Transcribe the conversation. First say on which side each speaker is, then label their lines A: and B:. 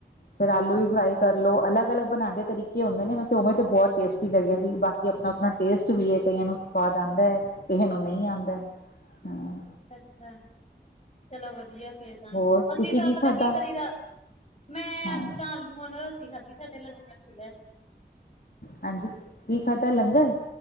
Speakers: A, on the left; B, on the left.
A: ਫੇਰ ਆਲੂ ਵੀ ਫਰਾਈ ਕਰ ਲਓ। ਅਲੱਗ -ਅਲੱਗ ਬਉਂਦੇ ਤਰੀਕੇ ਹੁੰਦੇ ਨੇ। ਵੈਸੇ ਉਵੇਂ ਤਾਂ ਬਹੁਤ ਟੇਸਟੀ ਲੱਗਗੇ ਸੀ। ਬਾਕੀ‌। ਕਿ ਆਪਣਾ -ਆਪਣਾ ਟੇਸਟ ਵੀ ਹੈ। ਕਈਆਂ ਨੂੰ ਸਵਾਦ ਆਉਂਦਾ ਹੈ। ਕਈਆਂ ਨੂੰ ਨਹੀਂ ਆਉਂਦਾ। ਹਾਂ
B: ਅੱਛਾ-ਅੱਛਾ ਚਲੋ ਵਧੀਆ। ਤਾਂ
A: ਹੋਰ
B: ਅਸੀਂ
A: ਤੁਸੀਂ
B: ਤਾਂ ਪਤਾ
A: ਖਾਧਾ?
B: ਕੀ ਕਰੀਦਾ। ਮੈਂ
A: ਹਾਂ,
B: ਅੱਜ ਤਾਂ। ਹੁਨ ਰੋਟੀ ਖਾਧੀ। ਸਾਡੇੈ ਲੰਗਰ ਸੀਗਾ।
A: ਹਾਂਜੀ, ਕੀ ਖਾਧਾ ਲੰਗਰ?